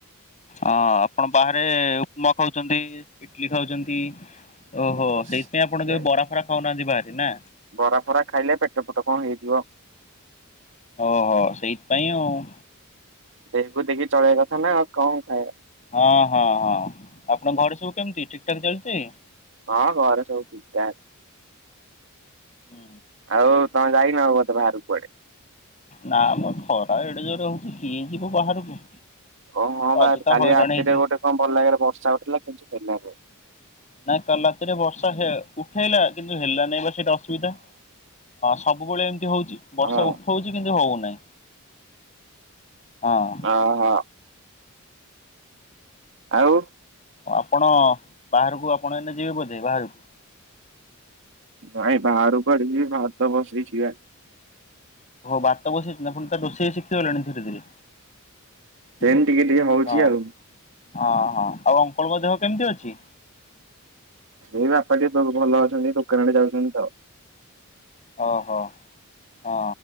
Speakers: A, on the left (about 35°); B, on the right (about 60°).
A: ଅ ଆପଣ ବାହାରେ ଉପମା ଖାଉଛନ୍ତି ଇଟଲି ଖାଉଛନ୍ତି। ଓହୋ
B: ସେ
A: ସେଇଥିାଇଁ ଆପଣ କେବେ ବରା ଫରା ଖାଉନାହାନ୍ତି ବାହାରେ ନା?
B: ବରା ଫରା ଖାଇଲେ ପେଟ ଫେଟ କଣ ହେଇଯିବ
A: ଓହୋ ସେଇଥିପାଇଁ ଆଉ,
B: ଦେହକୁ ଦେଖି ଚଳେଇବା କଥା ନା ଆଉ କଣ ଖାଇବା
A: ହଁ ହଁ ହଁ ଆପଣଙ୍କ ଘରେ ସବୁ କେମିତି ଠିକ୍ ଠାକ୍ ଚାଲିଛି?
B: ହଁ ଘରେ ସବୁ ଠିକ୍ ଠାକ୍
A: ହୁଁ
B: ଆଉ ତମେ ଯାଇନ ବୋଧେ ବାହାରକୁ କଆଡ଼େ?
A: ନା ମ ଖରା ଏଡେ ଯୋରେ ହଉଛି କିଏ ଯିବ ବାହାରକୁ।
B: ହଁ
A: ଅଯଥା
B: ବା କାଲି
A: ହଇରାଣ
B: ରାତିରେ
A: ହେଇଯିବ
B: ଗୋଟେ କଣ ଭଲ ଭାବରେ ବର୍ଷା ଉଠେଇଥିଲା କିନ୍ତୁ ହେଲାନି
A: ନାଇଁ କାଲି ରାତିରେ ବର୍ଷା ହେ ଉଠେଇଲା କିନ୍ତୁ ହେଲାନାଇଁ ବା ସେଇଟା ଅ ସୁବିଧା ସବୁବେଳେ ଏମିତି ହଉଛି ବର୍ଷା
B: ହଁ
A: ଉ ଉଠଉଛି କିନ୍ତୁ ହଉନାହିଁ, ହଁ।
B: ଓହୋ ଆଉ
A: ଆପଣ ବାହାରକୁ ଆପଣ ଏଇନେ ଯିବେ ବୋଧେ ବାହାରକୁ
B: ନାଇଁ ବାହାରକୁ କୁଆଡେ ଯିବି ଭାତ ବସେଇଚି ବା
A: ଓହୋ ଭାତ ବସିଛି ନା ଆପଣ ତାହେଲେ ରୋଷେଇ ଶିଖି ଖିଗଲେଣି ଧୀରେ ଧୀରେ
B: ସେମିତି
A: ହଁ
B: ଟିକେ ଟିକେ ହଉଛି ଆଉ
A: ହଁ ହଁ ଆଉ ଆପଣଙ୍କ ଦେହ କେମିତି ଅଛି?
B: ଏଇ ବାପା ଟିକେ ଭଲ ଅଛନ୍ତି ଦୋକାନ ଆଡେ ଯାଉଛନ୍ତି ତ
A: ଓହୋ ହଁ